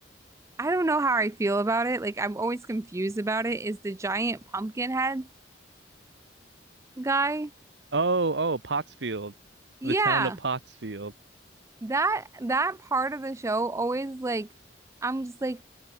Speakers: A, on the right; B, on the right.
A: I don't know how I feel about it. Like I'm always confused about it is the giant pumpkin head guy.
B: Oh, oh, Pottsfield,
A: Yeah.
B: the town of Pottsfield.
A: That that part of the show always like I'm just like